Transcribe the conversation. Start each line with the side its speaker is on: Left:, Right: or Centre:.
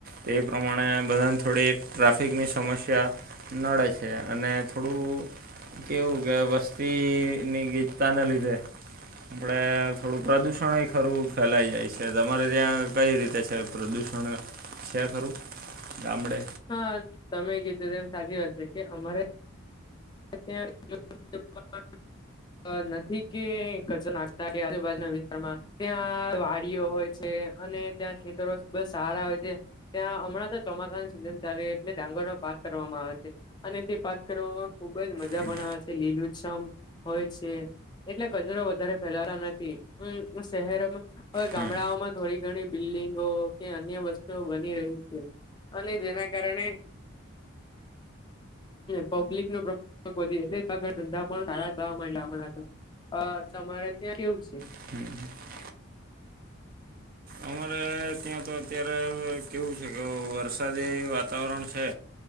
Right: તે પ્રમાણે બધાને થોડી ટ્રાફિકની સમસ્યા, નડે છે અને થોડું કેવું કે વસ્તીની ગીચતાને લીધે. આપણે થોડું પ્રદૂષણય ખરું ફેલાઈ જાય છે તમારે ત્યાં કઈ રીતે છે? પ્રદૂષણ છે ખરું ગામડે?
Left: હા તમે કીધું એમ સાચી વાત છે કે અમારે <unintelligible> નથી કે કજો નાખતા કે આજુબાજુના વિસ્તારમાં ત્યાં વાડીઓ હોય. છે, અને ત્યાં ખેતરો બ સારા હોય છે. ત્યાં હમણાં તો ચોમાસાની સિઝન ચાલે એટલે ડાંગરનો પાક કરવામાં આવે છે. અને તે પાક કરવામાં ખુબ જ મજા
Right: હમ
Left: પણ આવે છે લીલું શમ હોય છે. એટલે કચરો વધારે ફેલાતા નથી શહેરોમાં હવે
Right: હમ
Left: ગામડાઓમાં થોડી ઘણી બિલ્ડિંગો કે અન્ય વસ્તુઓ બની રહી છે. અને જેના કારણે પબ્લિક નો એટલે ધંધા પણ <unintelligible> હતા. હ તમારે ત્યાં કેવું છે?
Right: <inaudible> અમારે ત્યાં તો અત્યારે કેવું છે કે વરસાદી વાતાવરણ છે.